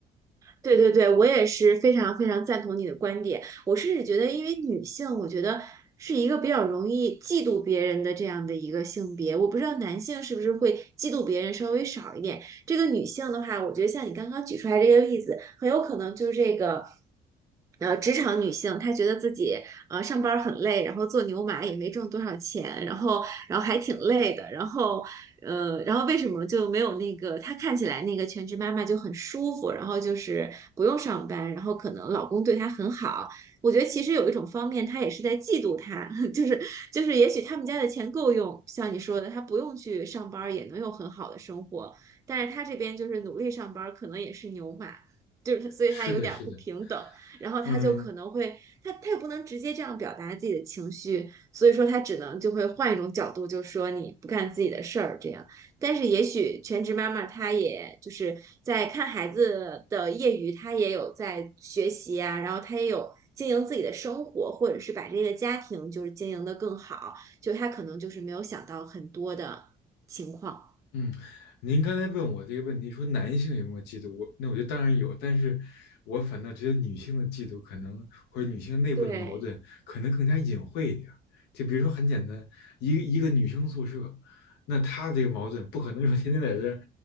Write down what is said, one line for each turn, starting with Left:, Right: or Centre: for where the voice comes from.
Right: 对对对，我也是非常非常赞同你的观点。我甚至觉得，因为女性，我觉得是一个比较容易嫉妒别人的这样的一个性别。我不知道男性是不是会嫉妒别人稍微少一点。这个女性的话，我觉得像你刚刚举出来这个例子，很有可能就是这个。呃，职场女性她觉得自己呃上班儿很累，然后做牛马也没挣多少钱，然后然后还挺累的，然后呃，然后为什么就没有那个她看起来那个全职妈妈就很舒服，然后就是不用上班，然后可能老公对她很好。我觉得其实有一种方面，她也是在嫉妒她，<laughs> 就是就是也许他们家的钱够用，像你说的，她不用去上班儿也能有很好的生活，但是她这边就是努力上班儿，可能也是牛马。就是所以她有点儿不平等，
Left: 是的，是的，
Right: 然后她就可能会，
Left: 嗯，
Right: 她她也不能直接这样表达自己的情绪，所以说他只能就会换一种角度，就说你不干自己的事儿这样。但是也许全职妈妈她也就是在看孩子的业余，她也有在学习啊，然后她也有经营自己的生活，或者是把这个家庭就是经营的更好，就她可能就是没有想到很多的情况。
Left: 嗯，您刚才问我这个问题，说男性有没有嫉妒？我那我觉得当然有，但是我反倒觉得女性的嫉妒可能或者女性内部的矛盾可能更加隐晦一点儿就比如说很简单，
Right: 对
Left: 一个一个女生宿舍，那她这个矛盾不可能说天天在这儿